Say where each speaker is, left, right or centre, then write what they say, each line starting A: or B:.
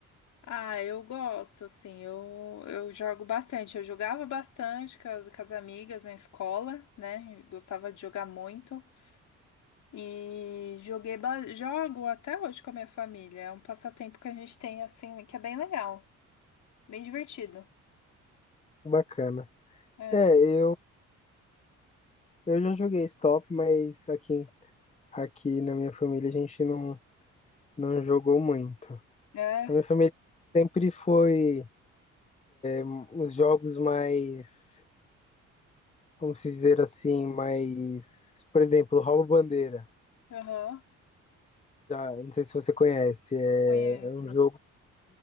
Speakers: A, on the left; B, on the left.
A: Ah, eu gosto, assim, eu, eu jogo bastante. Eu jogava bastante com as, com as amigas na escola, né? Gostava de jogar muito. E joguei, ba- jogo até hoje com a minha família. É um passatempo que a gente tem, assim, que é bem legal, bem divertido.
B: Bacana.
A: É,
B: É, eu, eu já joguei stop, mas aqui, aqui na minha família a gente não, não jogou muito.
A: é,
B: A minha família sempre foi hum, os jogos mais, vamos dizer assim, mais, por exemplo, rouba-bandeira.
A: aham,
B: Já, não sei se você conhece, é
A: conheço.
B: é um jogo